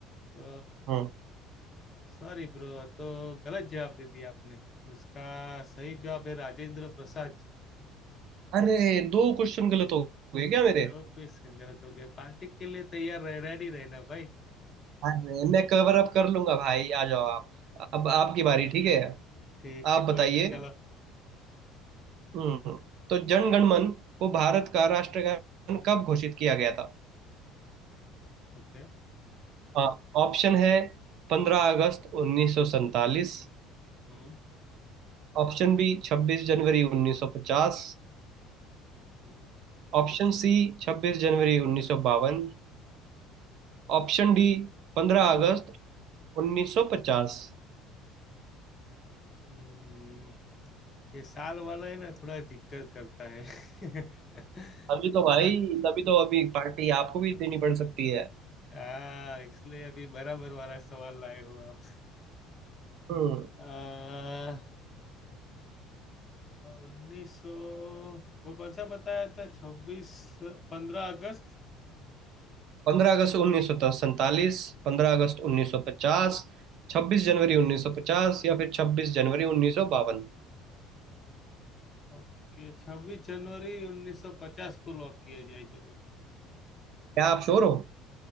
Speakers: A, on the left; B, on the right.
A: तो
B: हम्म
A: सॉरी ब्रो तो गलत जवाब दे दिया आपने उसका सही जवाब है राजेंद्र प्रसाद जी
B: अरे दो क्वेश्चन गलत हो गए क्या मेरे
A: दो क्वेश्चन गलत हो गए पार्टी के लिए तैयार रह रेडी रहना भाई
B: अरे मैं कवर अप कर लूंगा भाई आ जाओ आप अब आपकी बारी
A: हाँ,
B: ठीक है
A: ठीक
B: आप
A: है कोई
B: बताइए
A: नहीं चलो
B: हम्म तो जन गण मन को भारत का राष्ट्रगान कब घोषित किया गया था
A: ओके
B: हाँ ऑप्शन है पंद्रह अगस्त उन्नीस सौ सैंतालीस
A: हम्म
B: ऑप्शन बी छब्बीस जनवरी उन्नीस सौ पचास
A: हम्म
B: ऑप्शन सी 26 जनवरी उन्नीस सौ बावन ऑप्शन डी 15 अगस्त 1950
A: हम्म ये साल वाला है ना थोड़ा दिक्कत करता है <laughs>
B: अभी तो भाई तभी तो अभी पार्टी आपको भी देनी पड़ सकती है
A: आ, इसलिए अभी बराबर वाला सवाल लाए हो आप
B: हम्म
A: <laughs> आ, उन्नीस सौ वो कौन सा बताया था छब्बीस पंद्रह अगस्त
B: 15 अगस्त उन्नीस सौ सैंतालीस 15 अगस्त 1950 26 जनवरी 1950 या फिर 26 जनवरी 1952
A: ओके छब्बीस जनवरी उन्नीस सौ पचास को लॉक किया जाए चलो
B: क्या आप श्योर हो